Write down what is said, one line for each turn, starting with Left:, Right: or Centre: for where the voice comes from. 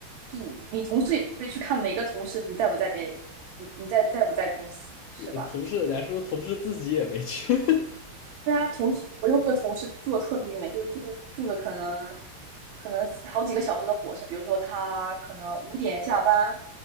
Right: 就是你同事也不会去看每个同事你在不在这，你你在在不在公司，是吧？
Left: 跟同事来说，同事自己也没去。<laughs>
Right: 对啊，同事我有个同事住的特别远，就是住住的可能可能好几个小时的火车，比如说他可能五点下班，